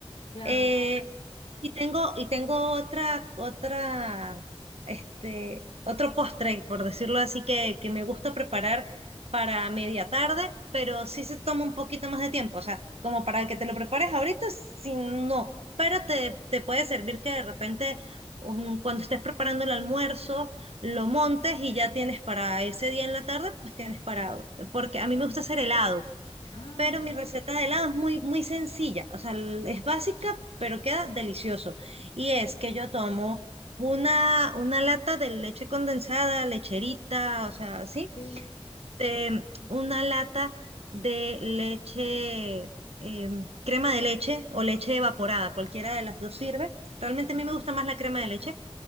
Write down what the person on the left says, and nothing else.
claro.
Ajá.
Ah,
sí,
sí.